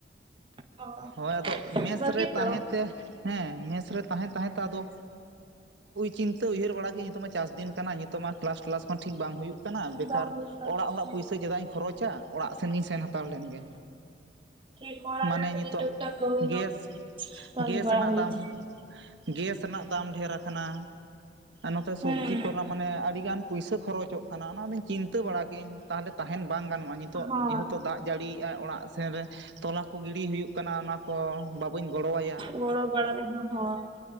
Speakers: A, on the right (about 30°); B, on the right (about 75°).
A: ᱚ
B: ᱦᱳᱭ ᱟᱫᱚ ᱢᱮᱥ
A: ᱵᱷᱟᱹᱜᱤ
B: ᱨᱮ
A: ᱛᱚ
B: ᱛᱟᱦᱮᱸ ᱛᱮ ᱦᱮᱸ ᱢᱮᱥ ᱨᱮ ᱛᱟᱦᱮᱸ ᱛᱟᱦᱮᱸ ᱛᱮ ᱟᱫᱚ ᱪᱤᱱᱛᱟᱹ ᱩᱭᱦᱟᱹᱨ ᱵᱟᱲᱟ ᱠᱤᱫᱟᱧ ᱱᱤᱛᱚᱜ ᱢᱟ ᱪᱟᱥᱫᱤᱱ ᱠᱟᱱᱟ ᱾ ᱛᱚ ᱢᱟ ᱠᱮᱞᱟᱥ ᱠᱮᱞᱟᱥ ᱦᱚᱸ ᱴᱷᱤᱠ ᱵᱟᱝ ᱦᱩᱭᱩᱜ ᱠᱟᱱᱟ ᱵᱮᱠᱟᱨ
A: ᱵᱟᱝ ᱦᱩᱭᱩᱜ ᱠᱟᱱᱟ
B: ᱚᱲᱟᱜ ᱦᱚᱲᱟᱜ ᱯᱩᱭᱥᱟᱹ ᱪᱮᱫᱟᱜ ᱤᱧ ᱠᱷᱚᱨᱚᱪᱟ ᱚᱲᱟᱜ ᱥᱮᱱ ᱜᱮᱧ ᱥᱮᱱ ᱦᱟᱛᱟᱲ ᱞᱮᱱ ᱜᱮ
A: ᱴᱷᱤᱠ ᱚᱲᱟᱜ
B: ᱢᱟᱱᱮ
A: ᱨᱮ ᱠᱟᱹᱴᱤᱡ
B: ᱱᱤᱛᱚᱜ
A: ᱴᱩᱠ ᱴᱟᱠ ᱠᱟᱹᱢᱤ
B: ᱜᱮᱥ
A: ᱦᱚᱸ ᱠᱟᱹᱢᱤ
B: ᱜᱮᱥ
A: ᱵᱟᱲᱟ
B: ᱨᱮᱱᱟᱜ
A: ᱦᱩᱭᱩᱜᱼᱟ
B: ᱫᱟᱢ ᱦᱚᱸ ᱜᱮᱥ ᱨᱮᱱᱟᱜ ᱫᱟᱢ ᱰᱷᱮᱨ ᱟᱠᱟᱱᱟ ᱱᱚᱛᱮ ᱥᱚᱵᱡᱤ
A: ᱦᱮᱸ
B: ᱠᱚᱨᱮᱱᱟᱜ ᱢᱟᱱᱮ ᱟᱹᱰᱤᱜᱟᱱ ᱯᱩᱭᱥᱟᱹ ᱠᱷᱚᱨᱚᱪᱚᱜ ᱠᱟᱱᱟ ᱚᱱᱟᱫᱚᱧ ᱪᱤᱱᱛᱟᱹ ᱵᱟᱲᱟ ᱠᱮᱫ ᱟᱧ ᱛᱟᱦᱚᱞᱮ ᱛᱟᱦᱮᱸᱱ ᱵᱟᱝ ᱜᱟᱱᱚᱜᱼᱟ ᱱᱤᱛᱚᱜ
A: ᱦᱳᱭ
B: ᱡᱮᱦᱮᱛᱩ ᱫᱟᱜ ᱡᱟᱹᱲᱤᱭᱼᱟ ᱚᱲᱟᱜ ᱥᱮᱱ ᱨᱮ ᱛᱚᱞᱟ ᱠᱚ ᱜᱤᱰᱤ ᱦᱩᱭᱩᱜ ᱠᱟᱱᱟ ᱚᱱᱟ ᱠᱚ ᱵᱟᱹᱧ ᱜᱚᱲᱚ ᱟᱭᱟ
A: ᱜᱚᱲ ᱵᱟᱲᱟ ᱨᱮᱦᱚᱸ ᱦᱚᱭ